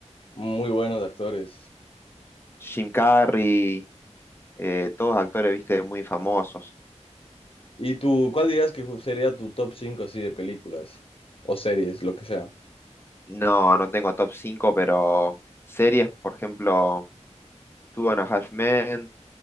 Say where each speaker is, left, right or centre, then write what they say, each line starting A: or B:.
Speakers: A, on the left; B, on the left.
A: muy buenos actores.
B: Jim Carrey, eh, todos actores, viste, muy famosos.
A: ¿Y tú, cuál dirías que fu- sería tu top 5 así de películas o series, lo que sea?
B: No, no tengo top 5, pero series, por ejemplo, Two and a Half Men,